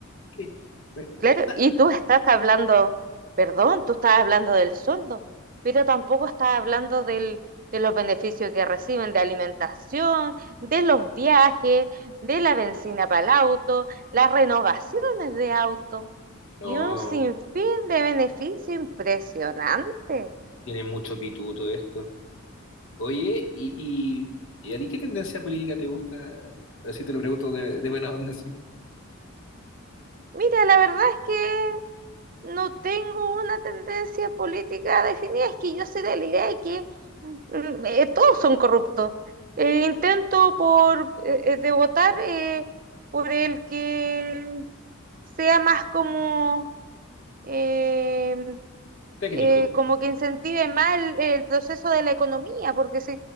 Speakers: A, on the left (about 65°); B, on the right (about 40°).
A: Que, eh,
B: claro,
A: me da-
B: y tú estás hablando, perdón, tú estás hablando del sueldo, pero tampoco estás hablando del, de los beneficios que reciben de alimentación, de los viajes, de la benzina para el auto, las renovaciones de auto
A: No,
B: y un sinfín de beneficios impresionante.
A: tiene mucho pituto esto. Oye, y, y, ¿y a ti qué tendencia política te gusta? Así te lo pregunto de, de buena onda, sí.
B: Mira, la verdad es que no tengo una tendencia política definida, es que yo soy de la idea de que mm, eh, todos son corruptos. Eh, intento por eh, eh, de votar eh, por el que sea más como eh,
A: Técnico,
B: eh, como que incentive más el, el proceso de la economía, porque si,